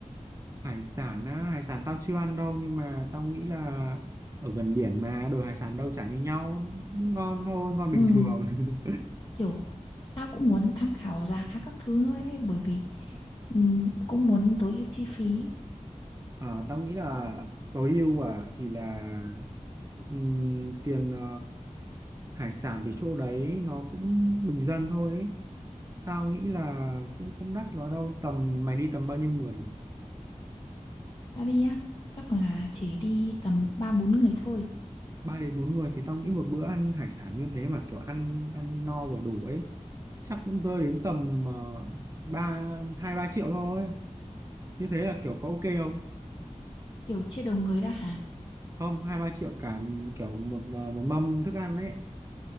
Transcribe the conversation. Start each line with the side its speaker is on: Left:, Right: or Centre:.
Right: hải sản á hải sản tao chưa ăn đâu nhưng mà tao nghĩ là ở gần biển mà đồ hải sản đâu chả như nhau cũng ngon thôi ngon bình
Left: ừ,
Right: thường <laughs>
Left: kiểu tao cũng muốn tham khảo giá các thứ nữa ấy, bởi vì ừ, cũng muốn tối ưu chi phí
Right: Ờ, tao nghĩ là tối ưu à thì là ừm, tiền ờ, hải sản thì chỗ đấy nó cũng bình dân thôi ấy. Tao nghĩ là cũng không đắt quá đâu. Tầm mày đi tầm bao nhiêu người nhỉ?
Left: tao đi á chắc là chỉ đi tầm ba bốn người thôi
Right: Ba đến bốn người thì tao nghĩ một bữa ăn hải sản như thế mà kiểu ăn ăn no vừa đủ ấy chắc cũng rơi đến tầm ờ, ba hai ba triệu thôi. Như thế là kiểu có ok không?
Left: kiểu chia đầu người ra hả
Right: Không, hai ba triệu cả kiểu một ờ, một mâm thức ăn ấy.